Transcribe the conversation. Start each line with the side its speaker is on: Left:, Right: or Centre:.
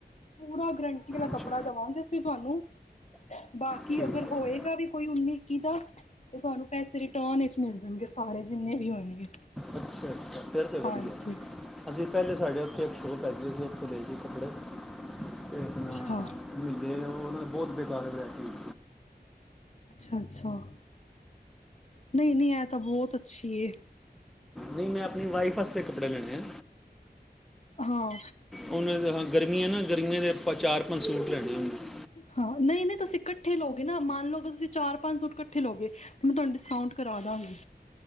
Left: ਪੂਰਾ ਗਰੰਟੀ ਆਲਾ
Centre: ਅੱਛਾ
Left: ਕੱਪੜਾ ਦਵਾਂਗੇ ਅਸੀਂ ਤੁਹਾਨੂੰ, ਬਾਕੀ
Centre: ਠੀਕ
Left: ਅਗਰ
Centre: ਹੈ।
Left: ਹੋਏਗਾ ਵੀ। ਕੋਈ ਉਨੀ ਇੱਕੀ ਦਾ ਤੇ ਤੁਹਾਨੂੰ ਪੈਸੇ ਰਿਟਰਨ ਮਿਲ਼ ਜਾਣਗੇ ਸਾਰੇ ਜਿੰਨੇ ਵੀ ਹੋਣਗੇ।
Centre: ਅੱਛ ਅੱਛਾ। ਫ਼ਿਰ ਤਾਂ ਵਧੀਆਂ
Left: ਹਾਂਜੀ
Centre: ਅਸੀਂ ਪਹਿਲੇ ਸਾਡੇ ਉੱਥੇ ਲਏ ਸੀ ਕੱਪੜੇ ਤੇ
Left: ਅਛਾ।
Centre: ਮਿਲਦੇ ਉਹਨਾਂ ਬਹੁਤ ਬੇਕਾਰ ਵਰਾਇਟੀ।
Left: ਅੱਛਾ ਅੱਛਾ। ਨਹੀਂ-ਨਹੀਂ ਐ ਤਾਂ ਬਹੁਤ ਅੱਛੀ ਏ।
Centre: ਨਹੀਂ ਮੈਂ ਆਪਣੀ ਵਾਈਫ ਵਾਸਤੇ ਕੱਪੜੇ ਲੈਣੇ ਆ।
Left: ਹਾਂ।
Centre: ਉਹਨੇ ਹਾਂ ਗਰਮੀਆਂ ਨਾ ਗਰਮੀਆਂ ਦੇ ਆਪਾਂ ਚਾਰ ਪੰਜ-ਸੂਟ ਲੈਣੇ ਉਹਨੇ।
Left: ਹਾਂ ਨਹੀਂ-ਨਹੀਂ ਤੁਸੀਂ ਇਕੱਠੇ ਨਾ ਮੰਨ ਲਓਗੇ ਤੁਸੀਂ ਚਾਰ ਪੰਜ ਸੂਟ ਇਕੱਠੇ ਲਓਗੇ। ਮੈਂ ਤੁਹਾਨੂੰ ਡਿਸਕਾਊਂਟ ਕਰਾਦਾਗੀ।